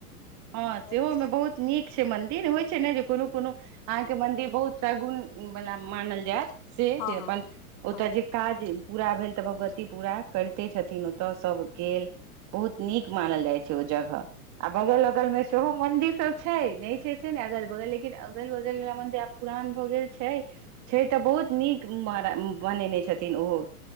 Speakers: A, on the right (about 40°); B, on the left (about 60°).
A: हँ
B: लड़की
A: सेहो मे
B: ले
A: बहुत बहुत नीक छै मंदिर होइ छै ने जे कोनो कोनो। अहाँके मंदिर बहुत शगुन बला मानल जायत। से
B: हँ
A: जे अपन ओतय
B: हँ
A: जे काज पूरा भेल तऽ भगवती पूरा करिते छथिन ओतय सब गेल बहुत नीक मानल जाइ छै ओ जगह आ बगल अगल में देखु मंदिर सब छै नहि छै से नै अगल बगल लेकिन अगल बगल वला मंदिर आब पुरान भऽ गेल छै। छै तऽ बहुत नीक मर बनेने छथिन ओहो।